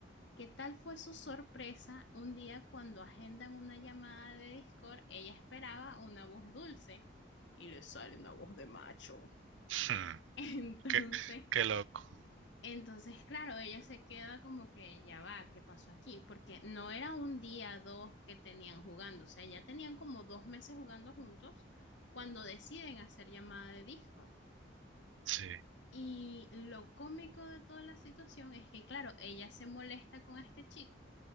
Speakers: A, on the left (about 75°); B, on the right (about 85°).
A: ¿Qué tal fue su sorpresa un día cuando agendan una llamada de Discord? Ella esperaba una voz dulce y le sale una voz de macho.
B: Hmm,
A: <laughs>
B: Qué,
A: Entonces,
B: qué loco.
A: Entonces, claro, ella se queda como que ya va, ¿qué pasó aquí? Porque no era un día, dos que tenían jugando, o sea, ya tenían como dos meses jugando juntos cuando deciden hacer llamada de Discord.
B: Sí,
A: Y lo cómico de toda la situación es que, claro, ella se molesta con este chico